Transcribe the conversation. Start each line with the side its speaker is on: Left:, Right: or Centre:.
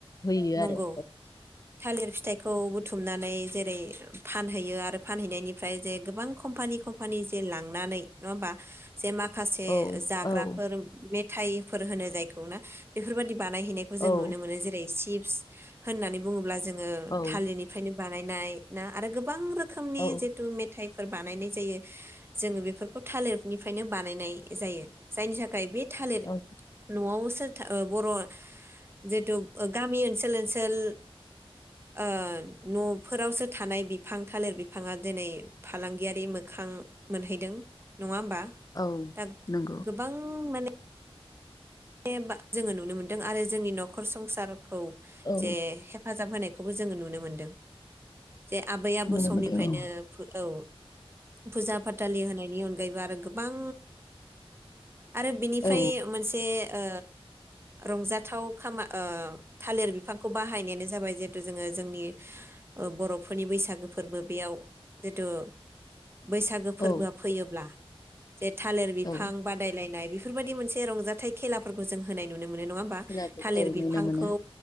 Left: होयो
Right: नंगौ
Left: आरो
Right: थालिर फिथाइखौ बुथुमनानै जे रै फानहैयो आरो फानहैनायनिफ्राय जे गोबां कम्पानि कम्पानि जे लांनानै नङा होमबा? जे माखासे
Left: औ
Right: जाग्रा
Left: औ
Right: मेथाइफोर होनो जायखौ ना बेफोरबादि बानायहैनायखौ जों
Left: औ
Right: नुनो मोनो जेरै-सिप स होननानै बुङोब्ला जों ङो
Left: औ
Right: थालिरनिफ्रायनो बानायनाय ना आरो गोबां रो खोमनि
Left: औ
Right: जिथु मेथाइ फोर बानायनाय जायो जोङो बेफोरखौ थालिरनिफ्रायनो बानायनाय जायो। जाइनि थाखाय बि थालिर
Left: औ
Right: न'आव। सोरथो ओ बर'। जेतु ओ गामि ओनसोल ओन सोल ओ न'फोरावसो थानाय बिफां थालिर बिफाङा दिनै फालांगियारि मोखां मोनहैदों नङा होमबा।
Left: औ
Right: दा
Left: नों
Right: गोबां माने। बे बा जोङो नुनो मोनदों आरो जोंनि न'खर संसारखौ।
Left: औ
Right: जे हेफाजाब होनाय। खौबो जोङो नुनो मोनदों। जे आबै आबौ
Left: नुनो
Right: समनिफ्रायनो
Left: मोनदों औ
Right: फ्रुऔ। फुजा फाथालि होनायनि अनगायैबो आरो गोबां। आरो बिनिफ्राय
Left: औ
Right: मोनसे। ओ रंजाथाव खामा ओ थालिर बिफांखौ बाहायनायानो जाबाय जिहेथु जोङो जोंनि ओ बर'फोरनि बैसागो फोरबो बेयाव जितु। बैसागो फोरबोआ
Left: औ
Right: फैयोब्ला। जे थालिर बिफां
Left: औ
Right: बादायलायनाय बि फोरबायदि मोनसे रंजाथाइ। खेलाफोरखौ जों होनाय नुनो मो मोनो नङा होमबा
Left: खेलाबो
Right: थालिर
Left: औ
Right: बिफांखौ।
Left: नुनो मोनो